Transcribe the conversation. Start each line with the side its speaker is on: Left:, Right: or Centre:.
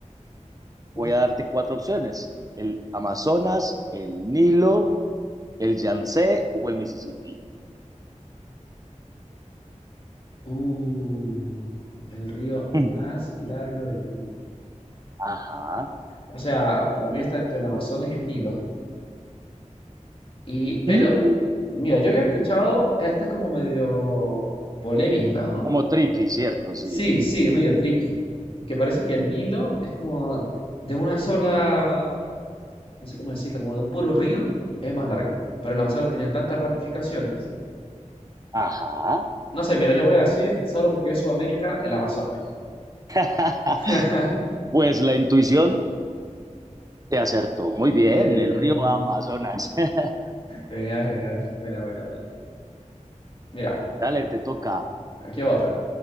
Left: Uf.
Right: Voy a darte cuatro opciones. El Amazonas, el Nilo, ¿El Yangtze o el Mississippi?
Left: Uh, el río más
Right: Mm.
Left: largo del mundo.
Right: Ajá.
Left: O sea, para mí está entre el Amazonas y el Nilo. Y, pero,
Right: Mm.
Left: mira, yo había escuchado que esta es como medio polémica, ¿no?
Right: Como tricky, ¿cierto? Sí.
Left: Sí, sí, es medio tricky. Que parece que el Nilo es como de una sola, no sé cómo decirlo, como de un puro río, es más largo. Pero el Amazonas tiene tantas ramificaciones.
Right: Ajá.
Left: No sé, mira, yo voy a decir, solo porque es Sudamérica, el Amazonas.
Right: <laughs>
Left: <laughs>
Right: pues la intuición te acertó. Muy bien,
Left: Bien,
Right: el río Amazonas. <laughs>
Left: genial, genial. Buena, buena, buena. Mira,
Right: Dale, te toca.
Left: aquí va otra.